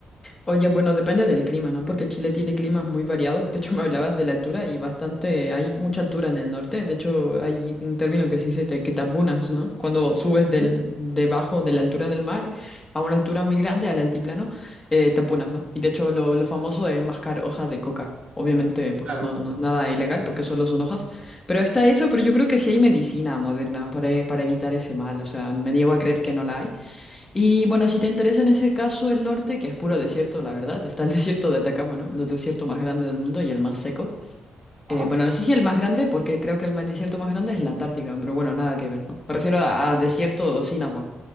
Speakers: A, on the left (about 20°); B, on the right (about 55°).
A: Oye, bueno, depende del clima, ¿no? Porque Chile tiene climas muy variados. De hecho, <laughs> me hablabas de la altura y bastante, hay mucha altura en el norte. De hecho, hay un término que se dice te- que te apunas, ¿no? Cuando subes
B: Ujú.
A: del, debajo de la altura del mar a una altura muy grande, al altiplano, eh, te apunas, ¿no? Y de hecho, lo, lo famoso es mascar hojas de coca. Obviamente, pues
B: Claro.
A: no, no es nada ilegal porque solo son hojas. Pero está eso, pero yo creo que sí hay medicina moderna para, e- para evitar ese mal. O sea, me niego a creer que no la hay. Y bueno, si te interesa en ese caso el norte, que es puro desierto, la verdad, está el <laughs> desierto de Atacama, ¿no? El desierto más grande del mundo y el más seco.
B: Ajá.
A: Eh, bueno, no sé si el más grande, porque creo que el ma- desierto más grande es la Antártica, pero bueno, nada que ver, ¿no? Me refiero a, a desierto sin agua.